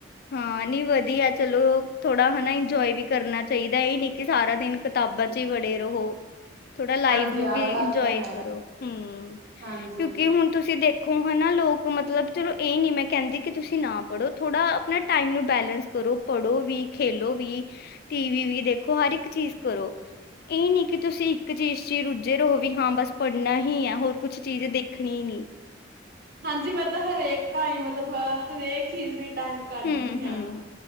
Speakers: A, on the left; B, on the right.
A: ਹਾਂ ਨਈ ਵਧੀਆ, ਚਲੋ ਥੋੜਾ ਹਨਾ ਇੰਜੋਏ ਵੀ ਕਰਨਾ ਚਾਹੀਦਾ, ਇਹ ਨੀ ਕਿ ਸਾਰਾ ਦਿਨ ਕਿਤਾਬਾਂ ਚ ਹੀ ਵੜੇ ਰਹੋ।
B: <inaudible>
A: ਥੋੜਾ ਲਾਈਫ
B: ਹਾਂਜੀ
A: ਨੂੰ
B: ਯਾਦ
A: ਵੀ
B: ਗੱਲ
A: ਇੰਜੋਏ
B: ਤਾਂ ਹੈ
A: ਕਰੋ, ਹਮ
B: ਹਾਂਜੀ
A: ਕਿਉਕਿ ਹੁਣ ਤੁਸੀਂ ਦੇਖ ਦੇਖੋ ਹਨ, ਨਾ ਲੋਕ ਮਤਲਬ ਚਲੋ ਇਹ ਨੀ ਮੈਂ ਕਹਿੰਦੀ ਕਿ ਤੁਸੀਂ ਨਾ ਪੜ੍ਹੋ ਥੋੜ੍ਹਾ ਅਪਣਾ ਟਾਈਮ ਨੂੰ ਬੈਲੇੈਂਸ ਕਰੋ, ਪੜ੍ਹੋ ਵੀ, ਖੇਲੋ ਵੀ ਟੀਵੀ ਵੀ ਦੇਖੋ, ਹਰ ਇੱਕ ਚੀਜ਼ ਕਰੋ। ਇਹ ਨਹੀਂ ਕਿ ਤੁਸੀਂ ਇੱਕ ਚੀਜ਼ ਚ ਹੀ ਰੁੱਝੇ ਰਹੋ ਵੀ ਹਾਂ ਬਸ ਪੜ੍ਹਨਾ ਹੀ ਹੈ, ਹੋਰ ਕੁਛ ਚੀਜ਼ ਦੇਖਣੀ ਹੀ ਨਹੀਂ।
B: ਹਾਂਜੀ ਮੈਂ ਤਾਂ ਹਰੇਕ ਟਾਈਮ ਮਤਲਬ ਹਰੇਕ ਚੀਜ਼ ਲਈ ਟਾਈਮ ਕੱਢਦੀ
A: ਹਮ-
B: ਹਾਂ
A: ਹਮ,